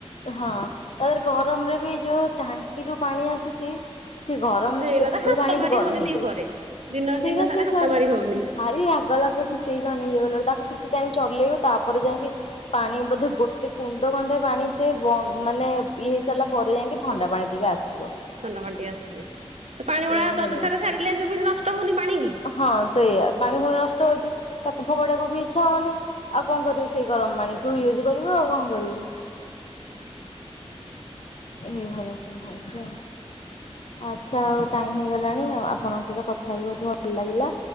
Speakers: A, on the left (about 70°); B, on the right (about 90°).
A: ହଁ ତାପରେ ଗରମରେ ବି ଯୋଉଁ ଟାଙ୍କିରୁ ପାଣି ଆସୁଛି। ସେ ଗରମ
B: ସେଇଟା
A: ସେ
B: ତ
A: ସେଇ
B: ହାତ
A: ପାଣି
B: ମାରି
A: ବି ଗରମ
B: ହଉନି
A: ହେଇଯାଉଛି
B: ଦିପହରେ ଦିନ
A: ସେ
B: ଦିନ
A: ବା
B: ସାରା
A: ସେ
B: ହାତ
A: ପାଣି
B: ମାରି ହଉନି।
A: ଭାରି ରାଗ ଲାଗୁଛି ସେଇ ପାଣି ଇଏ କଲାବେଳକୁ ତାକୁ କିଛି ଟାଇମ ଚଲେଇବ ତାପରେ ଯାଇକି ପାଣି ବୋଧେ ଗୋଟେ କୁଣ୍ଡେ କଣ୍ଡେ ପାଣି ସେ ବନ୍ଦ ମାନେ ଇଏ ହେଇସାରିଲା ପରେ ଯାଇକି ଥଣ୍ଡା ପାଣି ଟିକେ ଆସିବ।
B: ଥଣ୍ଡା ପାଣି ଟିକେ ଆସୁଛି ସେ ପାଣି ଭଳିଆ
A: ଏଇଭଳିଆ।
B: ଅଯଥାରେ ସାରିଲେ ପୁଣି ନଷ୍ଟ ହଉନି ପାଣି କି
A: ହଁ ସେଇଆ ପାଣିଗୁଡ଼ା ନଷ୍ଟ ହଉଛି ତାକୁ ଫୋପାଡିବାକୁ ବି ଇଚ୍ଛା ହଉନି। ଆଉ କଣ କରିବୁ ସେଇ ଗରମ ପାଣିକୁ ୟୁଜ୍ କରିବୁ ଆଉ କଣ କରିବୁ? ଏଇ ଭଳିଆ ସବୁ ହଉଛି ଆଉ। ଆଚ୍ଛା, ଆଉ ଟାଇମ ହେଇଗଲାଣି ଆଉ ଆପଣଙ୍କ ସହିତ କଥା ହେଇ ବହୁତ ଭଲ ଲାଗିଲା।